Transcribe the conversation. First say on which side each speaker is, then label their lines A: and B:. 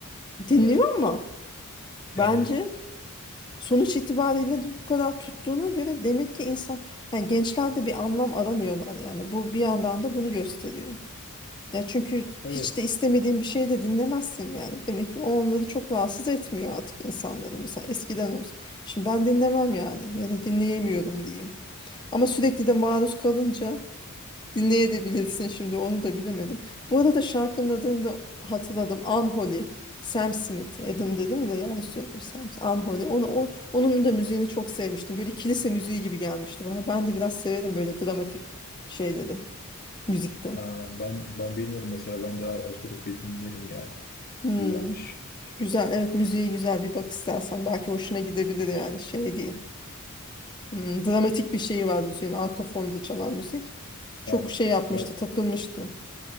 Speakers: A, on the left; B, on the left.
A: Dinliyor
B: E,
A: ama bence
B: yani
A: sonuç itibariyle de bu kadar tuttuğuna göre demek ki insan yani gençler de bir anlam aramıyorlar yani bu bir yandan da bunu gösteriyor. Ya çünkü
B: evet
A: hiç de istemediğin bir şey de dinlemezsin yani. Demek ki o onları çok rahatsız etmiyor artık insanları. Mesela eskiden olsun. Şimdi ben dinlemem yani ya da dinleyemiyorum diyeyim. Ama sürekli de maruz kalınca Dinleyebilirsin şimdi onu da bilemedim. Bu arada şarkının adını da hatırladım. Unholy. Sam Smith. Edim dedim de yanlış söyledim. Sam Unholy. Onu, o, onun da müziğini çok sevmiştim. Böyle kilise müziği gibi gelmişti bana. Ben de biraz severim böyle dramatik şeyleri müzikte.
B: Ha, ben ben bilmiyorum mesela ben de araştırıp bir dinlerim yani
A: Hmm.
B: güzelmiş.
A: Güzel. Evet müziğe güzel bir bak istersen. Belki hoşuna gidebilir yani şey değil. Hmm, dramatik bir şeyi var müziğin. Arka fonda çalan müzik. Çok
B: Yani
A: şey yapmıştı,
B: ben,
A: takılmıştı